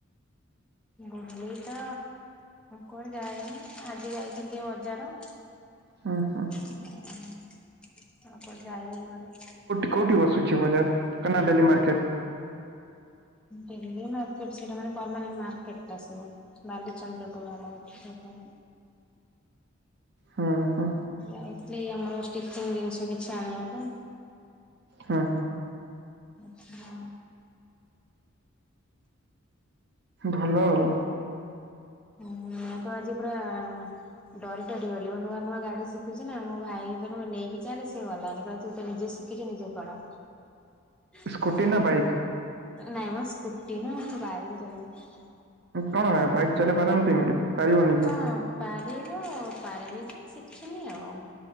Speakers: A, in the centre; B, on the right.
A: ବୁଲି ତ କୁଆଡେ ଯାାଇନି ଆଜି ଯାଇଥିଲି ଟିକେ ବଜାର। ଆଉ
B: ହୁଁ
A: କକୁଆଡେ ଯାଇନି ଘରେ।
B: କଉଠି ବସୁଛି ବଜାର <unintelligible> ଡେଲି ମାର୍କେଟ।
A: ଡେଲି ମାର୍କେଟ ସେଇଟା ମାନେ ପରମାନେଟ୍ ମାର୍କେଟ ଟା ସେ। ବାଲିଚନ୍ଦ୍ର ପୁର ଆମଠ
B: ହଁ ହଁ।
A: ଯାଇଥିଲି ଆମର ଷ୍ଟିଚିଙ୍ଗ ଜିନିଷ କିଛି ଆଣିବାକୁ।
B: ହଁ।
A: ଆଛା।
B: ଭଲ ଆଉ।
A: ହୁଁ ମୁଁ ତ ଆଜି ପୁରା ଡରି ଡରି ଗଲି ମୁଁ ନୂଆ ନୂଆ ଗାଡି ଶିଖୁଛିି ନା ମୋ ଭାଇ <unintelligible> ନେଇକି ଚାଲେ ସେ ଗଲାନି କହିଲା ତୁ ତ ନିଜେ ଶିଖ ଖିଜୁ ନିଜେ ପଳା ହଁ
B: ସ୍କୁଟି ନା ବାଇକ୍?
A: ନାଇଁ ମୋ ସ୍କୁଟି ନା ମୁଁ ବାଇକ ଚଲାଏନି।
B: କଣ ହେ ବାଇକ ଚଲେଇ ପାରନ୍ତି ପାରିବନି କି?
A: ହଁ ପାରିବ ପାରିବି ଯେ ଶିଖିନି ଆଉ।